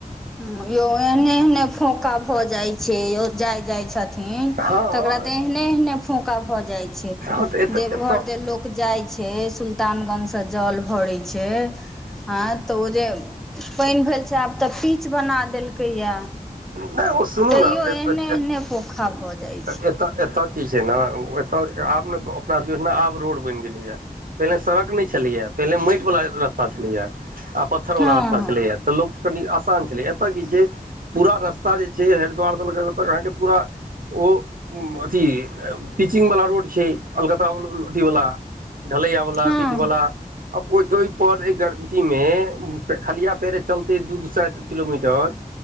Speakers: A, in the centre; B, on the right (about 75°).
A: हा इहो एहने एहने फोका भऽ जाइ छैय यो जाइ जाइ छथिन
B: हँ
A: तकरा तऽ एहने एहने फोका भऽ जाइ छैय
B: हँ तऽ एतऽ
A: देवघर
B: एतऽ
A: जेलोक जाय छैय हेसुल्तानगंजसँ जल भरै छैय हँ तऽ ओ जे पानि भेल छै आब तऽ पीच बना देलकैए या
B: नहि ओ सुनू
A: तैयो
B: ने
A: एहने एहने पोखा भऽ जाइ
B: एतय
A: छैय
B: एतय की छै ने एतय आब ने अपना ऐहिना रोड बैन गेलैया पहिले सड़क नैय छलैया पहिले माटि बला रस्ता छलैया आ पत्थर
A: हँ
B: वला रास्ता
A: हँ
B: छलेया तऽ लोक कनि आसान छलै एतय की छैय पूरा रस्ता जे छै हरिद्वारसँ लक अत तक अहाँके पूरा ओ अथी पिचिंग वला रोड छै अलकत ब बला अथीवला ढलैय वाला
A: हँ
B: पीच वाला आब ओहि दूभ पर एही जरती मे खलिआ पेरे चलतै दू दू सए किलोमीटर